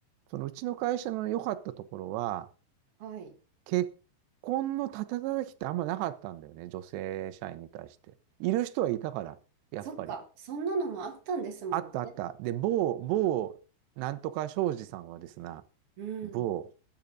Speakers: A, on the right (about 80°); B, on the right (about 55°).
A: そのうちの会社の良かったところは、
B: はい
A: 結婚のたたたきってあんまなかったんだよね、女性社員に対して。いる人はいたから、やっぱり。
B: そっか、そんなのもあったんですもんね。
A: あったあった。で、某、某、なんとか庄司さんはですね、
B: うん。
A: 某